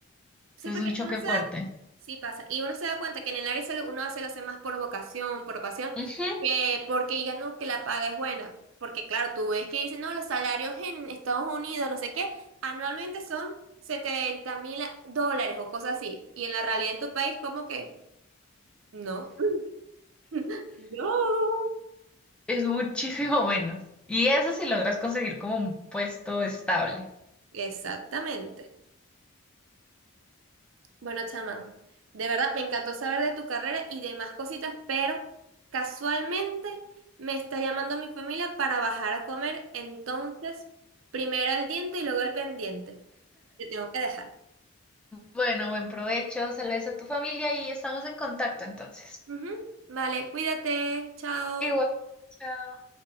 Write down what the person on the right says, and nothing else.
Sí,
porque
uno se
da, sí pasa, y uno se da cuenta que en el área de salud uno se lo hace más por vocación, por pasión,
que porque digan, no, que la paga es buena. Porque claro, tú ves que dicen, no, los salarios en Estados Unidos, no sé qué, anualmente son setenta mil dólares o cosas así. Y en la realidad en tu país, como que no. <laughs> No.
Exactamente. Bueno, chamán, de verdad me encantó saber de tu carrera y demás cositas, pero casualmente me está llamando mi familia para bajar a comer, entonces primero el diente y luego el pendiente. Te tengo que dejar.
Ujú. Vale, cuídate, chao.